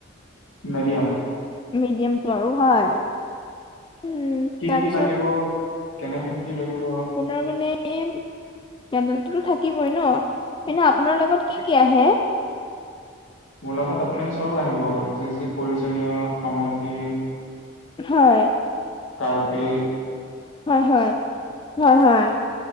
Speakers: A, on the left; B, on the left.
A: মিডিয়াম।
B: মিডিয়ামটো আৰু হয়। উম।
A: কি,
B: তাৰপিছত
A: কি লাগিব কেনেকে কি লাগিব
B: আৰ মানে পেণ্ডলটোতো থাকিবই ন কিন্ত আপোনাৰ লগত কি, কি আহে।
A: মোৰ লগত আপুনি চব আহিব যি, যি প্ৰয়োজনীয় সামগ্ৰী
B: হয়।
A: কাৰপেট
B: হয়, হয়, হয়, হয়,